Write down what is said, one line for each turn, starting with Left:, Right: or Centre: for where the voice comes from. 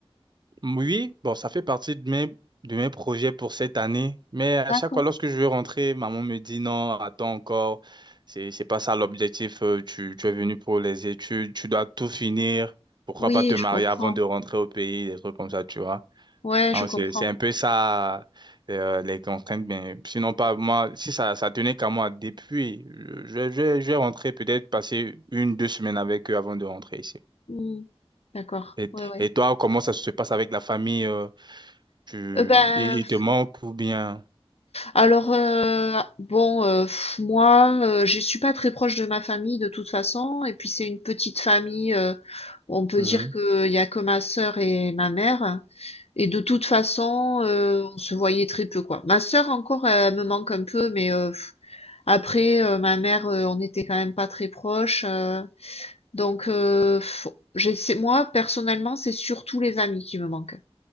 Right: Oui, bon, ça fait partie de mes, de mes projets pour cette année. Mais à
Left: D'accord.
Right: chaque fois, lorsque je veux rentrer, maman me dit non, attends encore. C'est, c'est pas ça l'objectif. euh, Tu, tu es venu pour les études, tu dois tout finir. Pourquoi
Left: Oui,
Right: pas te marier
Left: je comprends.
Right: avant de rentrer au pays, des trucs comme ça, tu vois.
Left: Ouais,
Right: Hein,
Left: je comprends.
Right: c'est, c'est un peu ça, euh, les contraintes. Mais sinon, pas moi, si ça, ça tenait qu'à moi, depuis, je, je, je je vais rentrer peut-être passer une, deux semaines avec eux avant de rentrer ici.
Left: Mm, D'accord.
Right: Et,
Left: Ouais, ouais.
Right: et toi, comment ça se passe avec la famille? euh, tu,
Left: Euh, ben,
Right: il, il te manque ou bien.
Left: Alors, heu, bon, heu, moi, heu, je suis pas très proche de ma famille de toute façon et puis c'est une petite famille, heu, on peut
Right: Mhm.
Left: dire qu'il y a que ma sœur et ma mère et de toute façon, heu, on se voyait très peu, quoi. Ma sœur encore, elle me manque un peu mais heu, après, heu, ma mère, heu, on était quand même pas très proches, heu, donc heu, j'essaie moi personnellement, c'est surtout les amis qui me manquent.